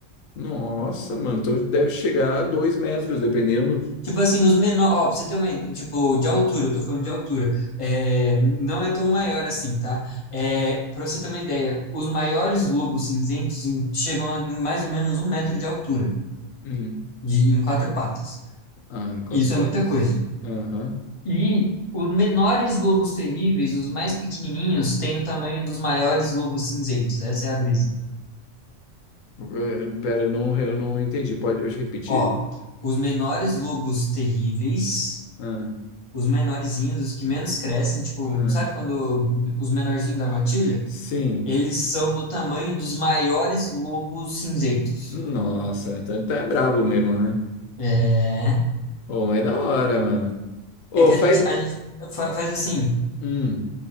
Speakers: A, on the left (about 90°); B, on the left (about 30°).
A: Nossa, mano. Então deve chegar a dois metros, dependendo.
B: Tipo assim, os menores, ó, pra você ter uma ideia, tipo, de altura, eu tô falando de altura, é, não é tão maior assim, tá? É, pra você ter uma ideia, os maiores lobos cinzentos em- chegam a mais ou menos um metro de altura,
A: Hum.
B: de, em quatro patas.
A: Ah, em quatro
B: E Isso
A: patas.
B: é muita coisa.
A: Aham.
B: E os menores lobos terríveis, os mais pequenininhos, têm o tamanho dos maiores lobos cinzentos. Essa é a brisa.
A: Eh, Pera, não, re- eu não entendi. Pode eu te repetir?
B: Ó, os menores lobos terríveis,
A: Ah,
B: os menorzinhos, os que menos crescem, tipo,
A: ah,
B: sabe quando os menorzinhos da matilha?
A: sim.
B: Eles são do tamanho dos maiores lobos cinzentos.
A: Nossa, então tá brabo mesmo, né?
B: É.
A: Ô, mas é da hora, mano. Ô,
B: É que
A: faz.
B: a gente, a gente fa- faz assim.
A: Hum.